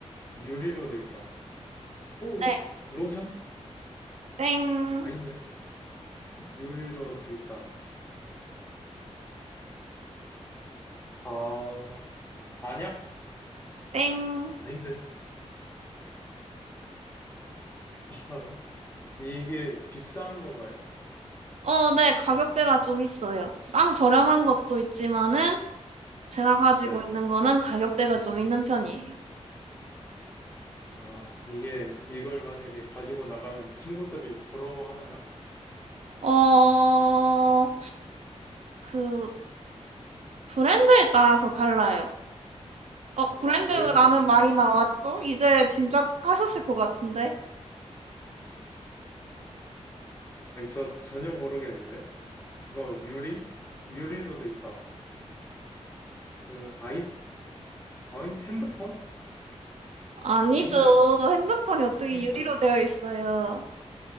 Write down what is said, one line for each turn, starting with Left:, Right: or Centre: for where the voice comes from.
Left: 유리로 돼 있다. 오,
Right: 네.
Left: 로션?
Right: 땡.
Left: 아닌데? 유리로 돼 있다. 아, 아니야?
Right: 땡.
Left: 아닌데? 아, 이게 비싼 건가요?
Right: 어, 네. 가격대가 좀 있어요. 쌍 저렴한 것도 있지만은 제가 가지고
Left: 네.
Right: 있는 거는 가격대가 좀 있는 편이에요.
Left: 아, 이게, 이걸 만약에 가지고 나가면 친구들이 부러워하나요?
Right: 어, 그 브랜드에 따라서 달라요. 어, 브랜드라는
Left: 아, 브랜드에 따라.
Right: 말이 나왔죠? 이제 짐작하셨을 것 같은데.
Left: 아니, 저 전혀 모르겠는데? 그거 유리? 유리로 돼 있다. 그, 아이, 아니, 핸드폰?
Right: 아니죠.
Left: 아닌데?
Right: 핸드폰이 어떻게
Left: 그러니까요.
Right: 유리로 되어 있어요.